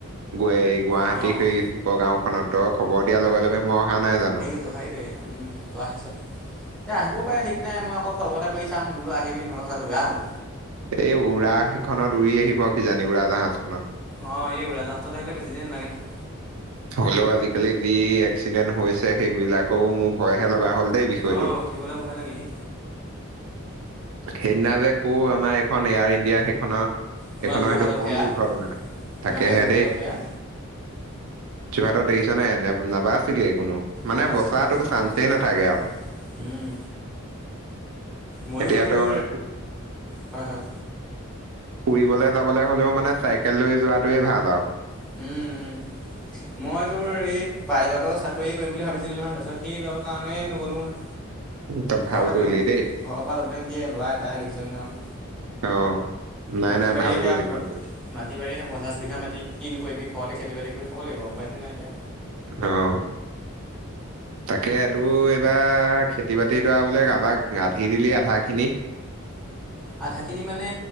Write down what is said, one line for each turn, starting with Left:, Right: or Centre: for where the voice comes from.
Right: গ গুৱাহাটী
Centre: অ'। অ',
Right: সেই চুকৰ গাঁওখনত তই খবৰ দিয়াৰ লগে লগে মই অহা নাই জানো।
Centre: সেইটোৱেই তই আহিছা। এতিয়া আহিব পাৰে ঠিক নাই মই আকৌ খবৰ এটা কৰি চাম বোলো আহি নহলে কথা বেয়া হ'ব।
Right: এই উৰা সেইখনত উৰি আহিব কিজানি উৰাজাহাজখনত।
Centre: অ, এই উৰাজাহাজ ত আহিলে বেছিদিন লাগে নহয়।
Right: হলে'ও আজিকালি যি এক্সিডেন্ট হৈছে সেইবিলাকৰও মোৰ ভয়হে লগা হ'ল দেই বিষয়টো।
Centre: অ', উঠিবলৈ ভয় লাগে হে।
Right: সেইদিনা যে ক'ও আমাৰ এইখন এয়াৰ ইণ্ডিয়া সেইখনৰ সেইখনৰ
Centre: আমাৰ যোৰহাটত
Right: সেইটো কম
Centre: সেয়া
Right: দুৰ্ঘটনা। তাকেহে
Centre: আমাৰ সেয়া যোৰহাটত সেয়া।
Right: যোৰহাটৰ দেখিচ নে নাই ন, নাবাছিলেই কোনো মানে
Centre: নাবাচিলোঁ
Right: বচাতো
Centre: নাবাচিলোঁ
Right: চান্সে
Centre: নাবাচিলোঁ।
Right: নাথাকে আৰু।
Centre: উম, ময়ো
Right: এতিয়া
Centre: তোৰ
Right: তই ফো-
Centre: হয়, হয়।
Right: ফুৰিবলৈ যাবলৈ হ'লেও মানে চাইকেল লৈ যোৱাটোৱে ভাল আৰু।
Centre: উম, উম। মই তোৰ এই পাইলটৰ চাকৰি কৰিম বুলি ভাবিছিলো নহয়। তাৰপিছত সেইবিলাকৰ কাৰণেহে নগ'লো নহয়।
Right: <unintelligible>
Centre: ভয়
Right: ভাল
Centre: লাগে
Right: কৰিলি
Centre: মানে ঘৰৰ
Right: দেই
Centre: পৰা যাবলৈ নিদিয়ে ল'ৰা এটাহে দেখিছো নহয় আৰু।
Right: অ' নাই
Centre: মাটি
Right: নাই
Centre: বাৰীয়ে
Right: ভাল
Centre: সেয়া
Right: কৰিলি, ভাল কৰিলি।
Centre: মাটি বাৰি সেই পঞ্চাছ বিঘা মাটি কিনো কৰিবি ঘৰতে খেতি বাতি কৰি খাব লাগিব উপায়টো নাই এতিয়া।
Right: অ' তাকে টো এইবাৰ খেতি। খেতি বাতি দৰা বোলে কাৰোবাক আধি দিলি আধাখিনি।
Centre: আধাখিনি মানে